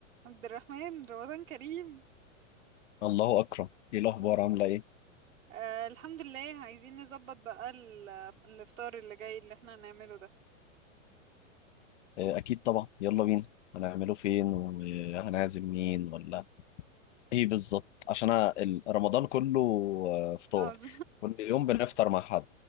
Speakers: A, on the right; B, on the left.
A: عبد الرحمن رمضان كريم
B: الله أكرم
A: <laughs>
B: إيه الأخبار عاملة إيه؟
A: آه الحمد لله عايزين نظبط بقى ال- الافطار اللي جاي اللي احنا هنعمله ده
B: آه، أكيد طبعا يلا بينا هنعمله فين وهنعزم مين ولا إيه بالظبط عشان أنا ال- رمضان كله آه، فطار
A: عاوز
B: كل يوم بنفطر مع حد